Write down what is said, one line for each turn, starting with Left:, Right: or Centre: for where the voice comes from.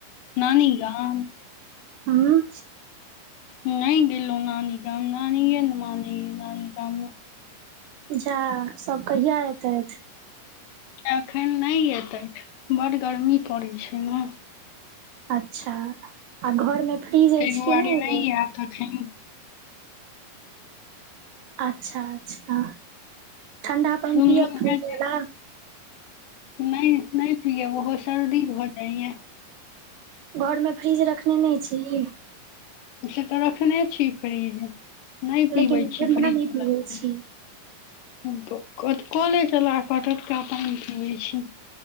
Left: नानी गाम
Right: हँ
Left: नहि गेलहु नानी गाम नानीे ने मानिय नानी गाममे
Right: जा सब कहिया एतैथ
Left: एखन नहि एतै बड गर्मी पड़ैत छै ना
Right: अच्छा आ घरमे फ्रिज
Left: ताहि
Right: अछि
Left: दुआरे
Right: की नहि ओ
Left: आयत एखन
Right: अच्छा अच्छा ठण्डा पान
Left: सुनलहुँ
Right: पिअ फ्रीज
Left: हेँ जे
Right: वला
Left: नहि नहि पियब ओहो सर्दी भ जाइए या
Right: घर मे फ्रिज रखने नहि छी
Left: से तऽ रखने छी फ्रिज नहि
Right: लेकिन
Left: पीबै
Right: ठण्डा
Left: छी फ्रिजवला
Right: नहि पिबै
Left: पाइन
Right: छी
Left: कले चला क टटका <unintelligible> का पाइन पीबै छी